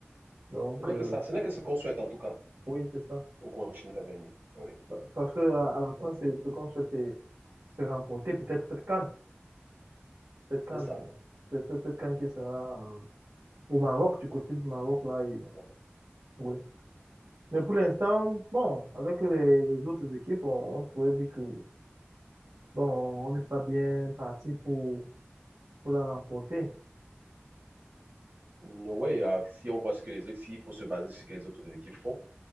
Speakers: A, on the right; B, on the right.
A: Donc,
B: Ce n'est
A: euh,
B: que ça. Ce n'est que ce qu'on souhaite en tout cas.
A: oui, c'est ça.
B: pour continuer à gagner. Ouais,
A: Pa- Parce que à, à la
B: pas
A: fin,
B: de problème.
A: c'est ce qu'on souhaite se remporter peut-être cette can cette can
B: C'est ça.
A: euh, c'est c'est cette can qui sera euh, au Maroc, du côté du Maroc là. Et,
B: Ouais,
A: oui. Mais pour l'instant, bon, avec les, les autres équipes, on, on pourrait dire que bon, on n'est pas bien parti pour pour la remporter.
B: euh, si on voit ce que les autres, s'il faut se baser sur ce que les autres équipes font,